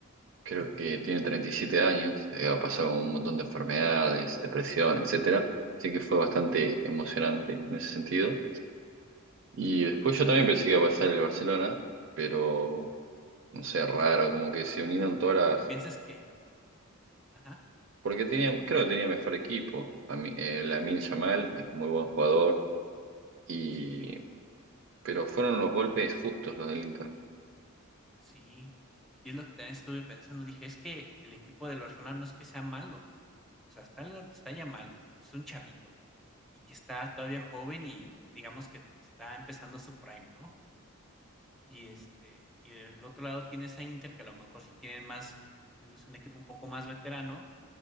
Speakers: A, on the right; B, in the centre.
A: Creo
B: Ujú,
A: que tiene 37 años, eh, ha pasado un montón de enfermedades, depresión, etcétera. Así que fue bastante
B: ujú.
A: emocionante en ese sentido. Y después yo también pensé que iba a pasar el Barcelona, pero no sé, raro, como que se unieron todas las.
B: Porque piensas que, ajá,
A: Porque tenía, creo que tenía mejor equipo. A mí, eh, Lamine Yamal, es muy buen jugador. Y,
B: sí,
A: pero fueron los golpes justos los del Inter.
B: Sí, y es lo que también estuve pensando, dije, es que el equipo del Barcelona no es que sea malo, o sea, está, la- está ya mal, es un chavito y que está todavía joven y digamos que está empezando su prime, ¿no? Y este, y del otro lado tienes a Inter que a lo mejor sí tienen más, un- un- es un equipo un poco más veterano,